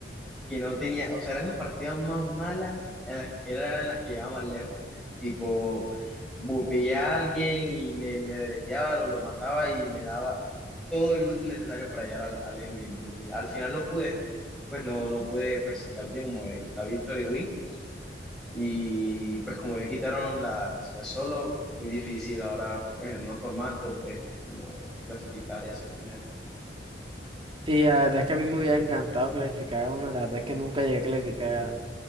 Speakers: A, in the centre; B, on the right.
A: que no tenía, o sea, eran las partidas más malas, en las- eran las que llevaba más lejos. Tipo, bupeé a alguien y le, le deleteaba o lo mataba y me daba todo el loot necesario para llegar al, al endgame. Y al final no pude, pues no, no pude pues, sacar de como el- la victory win. Y pues como ya quitaron las, las solo, muy difícil ahora, bueno en el nuevo formato, pues como clasificar y hacer dinero.
B: Sí, la verdad es que a mí me hubiera encantado clasificar a una. La verdad es que nunca llegué a clasificar